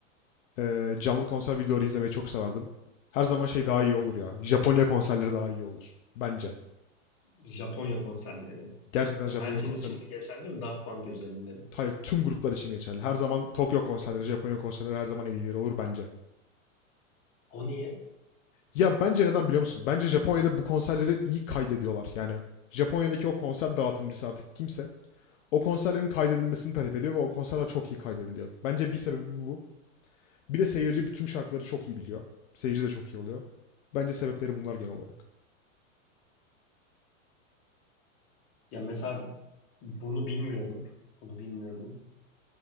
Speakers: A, on the left; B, on the left.
A: eee, canlı konser videoları izlemeyi çok severdim. Her zaman şey daha iyi olur ya. Japonya konserleri daha iyi olur bence.
B: Japonya konserleri.
A: Gerçekten Japonya
B: Herkes
A: konserleri
B: için mi geçerli mi? Daft Punk özelinde mi?
A: hayır tüm gruplar için geçerli. Her zaman Tokyo konserleri, Japonya konserleri her zaman en iyileri olur bence.
B: O niye?
A: Ya bence neden biliyor musun? Bence Japonya'da bu konserleri iyi kaydediyorlar. Yani Japonya'daki o konser dağıtımcısı artık kimse o konserlerin kaydedilmesini talep ediyor ve o konserler çok iyi kaydediliyor. Bence bir sebebi bu. Bir de seyirci bütün şarkıları çok iyi biliyor. Seyirci de çok iyi oluyor. Bence sebepleri bunlar genel olarak.
B: Ya mesela bunu bilmiyordum. Bunu bilmiyordum.